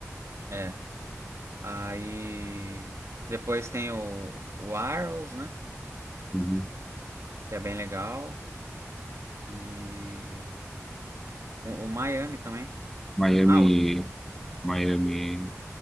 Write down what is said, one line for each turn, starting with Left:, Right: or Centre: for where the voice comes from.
Right: é. Aí depois tem o, o Arrows, né?
Centre: Uhum.
Right: Que é bem legal. E o, o Miami também.
Centre: Miami,
Right: Ah, o
Centre: Miami,